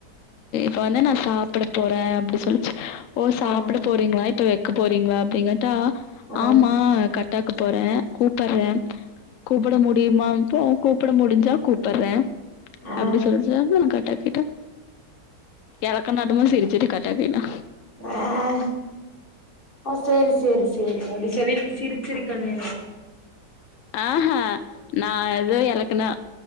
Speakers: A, on the left; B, on the left.
A: இப்ப வந்து நா சாப்ட போறே அப்டி சொல்ச்சு ஓ சாப்ட
B: அ
A: போறீங்களா இப்ப எ க்கு போறீங்களா அப்டிங்கேட்டா
B: அ
A: ஆமா கட்டாக்கு போறே கூப்புறே கூப்பட முடியுமா இப்போ கூப்பட முடிஞ்சா கூப்பர்றே
B: அ அ
A: அப்டி சொல்ச்சு அதுக்குள்ள கட்டாகிட்ட எலக்கனாட்டமா சிரிச்சுட்டு கட் ட்டாகிட்டா
B: ஆஹ் ஓ சேரி சேரி சேரி அப்டி சொல்லி நீ சிரிச்சிருக்கணு
A: ஆஹ நா எது எலக்கனா